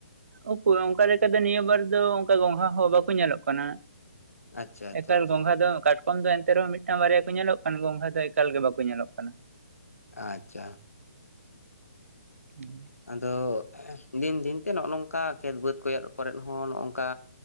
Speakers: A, on the right; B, on the left.
A: ᱚᱠᱚᱨ ᱚᱝᱠᱟ ᱞᱮᱠᱟ ᱫᱚ ᱱᱤᱭᱟᱹ ᱵᱟᱨ ᱫᱚ ᱚᱝᱠᱟ ᱜᱚᱝᱜᱷᱟ ᱦᱚᱸ ᱵᱟᱠᱚ ᱧᱮᱞᱚᱜ ᱠᱟᱱᱟ᱾
B: ᱟᱪᱪᱷᱟ ᱟᱪᱪᱷᱟ
A: ᱮᱠᱟᱞ
B: ᱟᱪᱪᱷᱟ
A: ᱜᱚᱝᱜᱷᱟ
B: ᱟᱪᱪᱷᱟ
A: ᱫᱚ ᱠᱟᱴ ᱠᱚᱢ ᱫᱚ ᱮᱱᱛᱮ ᱨᱮᱦᱚᱸ ᱢᱤᱜᱴᱟᱝ ᱵᱟᱨᱭᱟ ᱠᱚ ᱧᱮᱞᱚᱜ ᱠᱟᱱ ᱜᱚᱝᱜᱷᱟ ᱫᱚ ᱮᱠᱟᱞ ᱜᱮ ᱵᱟᱠᱚ ᱧᱮᱞᱚᱜ ᱠᱟᱱᱟ᱾
B: ᱟᱪᱪᱷᱟ᱾
A: ᱦᱩᱸ,
B: ᱟᱫᱚ ᱫᱤᱱ ᱫᱤᱱᱛᱮ ᱱᱚᱜᱼᱚ ᱱᱚᱝᱠᱟ ᱠᱷᱮᱛ ᱵᱟᱹᱫᱽ ᱠᱚᱭ ᱠᱚᱨᱮᱫ ᱦᱚᱸ ᱱᱚᱜᱼᱚᱝᱠᱟ